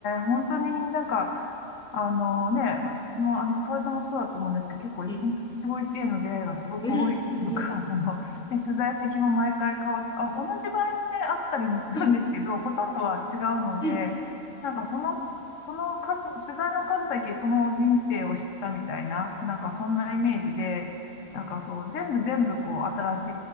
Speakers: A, on the left; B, in the centre.
A: 本当になんか、あのね、私も、あの、河合さんもそうだと思うんですけど、結構一本一
B: うん。
A: 期一会の出会いがすごく多いのか、
B: うんうん。
A: <laughs> その、ね、取材先も毎回変わって、あ、同じ場合もね、あったりもするんですけど、
B: うん、うん、
A: ほとんどは違うので、
B: うん、
A: なんかその、その数、取材の数だけその人生を知ったみたいな、なんかそんなイメージで、なんかそう、全部全部こう、新し